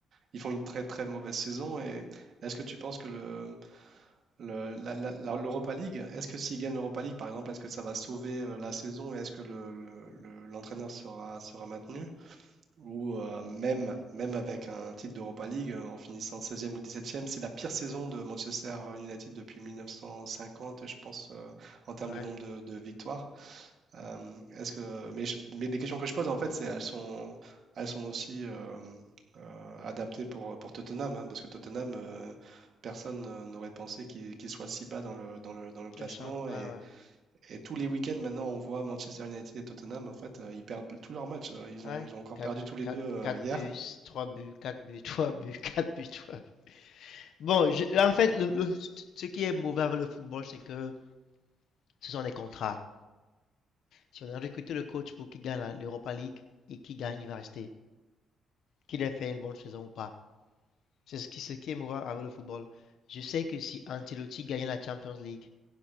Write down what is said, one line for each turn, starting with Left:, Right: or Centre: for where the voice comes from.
Right: ils font une très très mauvaise saison. Et est-ce que tu penses que le, le- la- la- la- l'Europa League, est-ce que s'ils gagnent l'Europa League, par exemple, est-ce que ça va sauver euh, la saison et est-ce que le, le- le- l'entraîneur sera, sera maintenu? Ou euh, même, même avec un titre d'Europa League, euh, en finissant seizième ou dix-septième, c'est la pire saison de Manchester United depuis 1950, je pense, euh, en termes
Left: Ouais,
Right: de nombre de, de victoires. Euh, est-ce que, mais, je- mais les questions que je pose, en fait, c'est elles sont, elles sont aussi euh, euh, adaptées pour, pour Tottenham, hein, parce que Tottenham, euh, personne euh, n'aurait pensé qu'il qu'il soit si bas dans le, dans le, dans le classement.
Left: c'est chiant, ouais,
Right: Et,
Left: ouais.
Right: et tous les week-ends, maintenant, on voit Manchester United et Tottenham. En fait, euh, ils perdent tous leurs matchs. Euh, Ils
Left: Ouais,
Right: ont, ils ont encore
Left: Quatre
Right: perdu tous les
Left: quatre
Right: deux euh,
Left: 4
Right: hier.
Left: buts, Trois buts, Quatre buts, <laughs> Trois buts, Quatre buts, Trois. buts. Bon, je- en fait, le- le- ce qui est mauvais avec le football, c'est que ce sont des contrats. Si on a recruté le coach pour qu'il gagne l'Europa League et qu'il gagne, il va rester. Qu'il ait fait une bonne saison ou pas. C'est ce qui, ce qui est moral avec le football. Je sais que si Ancelotti gagnait la Champions League,